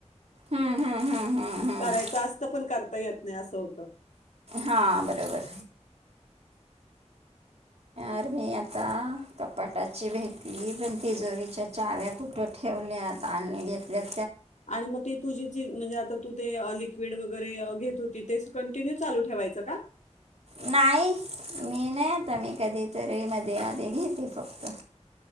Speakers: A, on the right; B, on the left.
A: हम्म, हम्म, हम्म, हम्म, हम्म.
B: करायचं असत पण करता येत नाही असं होत
A: हा बरोबर
B: <unintelligible>
A: तर मी आता कपाटाची भेटली पण तिजोरीच्या चाव्या कुठे ठेवल्यात <unintelligible> आणि घेतलात <unintelligible>
B: आणि म ती तुझी जी म्हणजे आता तू ते <unintelligible> बेड वगरे अं घेत होती तेस कंटिन्यू चालू ठेवायचं का?
A: नाइ मी नाइ आता मी कधीतरी मध्ये आधी घेते फक्त